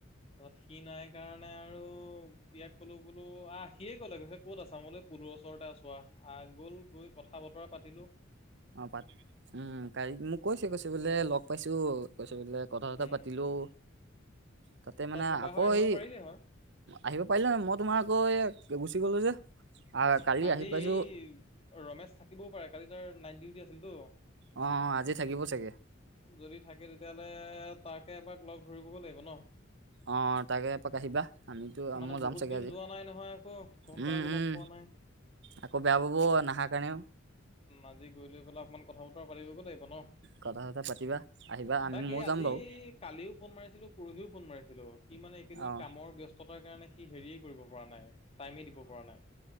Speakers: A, on the left; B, on the right.
A: তাৰপিছত সি নাই কাৰণে আৰু ইয়াক ক'লো বলো আহিয়ে ক'লে কৈছে ক'ত আছা মোলৈ পুলৰ ওচৰতে আছো আহ গ'ল গৈ কথা পালো
B: অ প উম কালি মোক কৈছে কৈছে বোলে লগ পাইছো কৈছ কথা চথা
A: উম
B: পাতিলেও তাতে
A: তই
B: মানে
A: থকা
B: আকৌ
A: হৈ আহিব
B: এই
A: পাৰিলি হয়
B: আহিব পাৰিলে নহয় মত তোমাৰ আকৌ এ গুচি গ'লো যে আহ
A: উম
B: কালি
A: আজি
B: আহি পাইছো
A: এই ৰমেশ থাকিবও পাৰে কালি নাইট ডিউটি আছিলতো
B: অ আজি থাকিব চাগে
A: যদি থাকে তেতিয়াহ'লে তাকে এবাক লগ ধৰিবগৈ লাগিব ন
B: অ' তাকে এপাক আহিবা আমিতো
A: মানে
B: মই যাম
A: বহুত
B: চাগে
A: দিন
B: আজি
A: যোৱা নাই নহয় আকৌ তহঁতকেইটাকো
B: উম উম
A: লগ পোৱা নাই
B: আকৌ বেয়া বাবু নহা কাৰণেও
A: আজি গৈ লৈ পেলাই অকণমান কথা বতৰা পাৰিবগৈ লাগিব ন
B: কথা চথা পাতিবা আহিবা আমি
A: তাক
B: ময়ো
A: এই
B: যাম
A: আজি
B: বাৰু
A: কালিও ফোন মাৰিছিলো পৰহিও ফোন মাৰিছিলো সি মানে এইকেইদিন
B: অ
A: কামৰ ব্যস্ততাৰ কাৰণে সি হেৰিয়েই কৰিব পৰা নাই টাইমেই দিব পৰা নাই